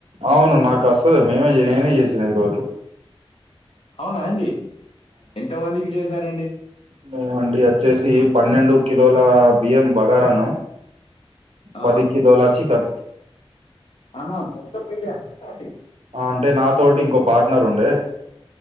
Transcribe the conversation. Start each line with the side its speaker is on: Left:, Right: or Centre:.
Right: అవును నాకు అస్తది మేమే నేనే చేసినా ఈ రోజు
Left: అవునా అండి ఎంత మందికి చేశారండి
Right: మేము అండి వచ్చేసి పన్నెండు కిలోల బియ్యం బగారా అన్నం పది
Left: ఆ!
Right: కిలోలా చికేన్
Left: ఆహా మొత్తం మీరే వండినారా అండి
Right: అంటే నాతోటి ఇంకో పార్ట్నర్ ఉండే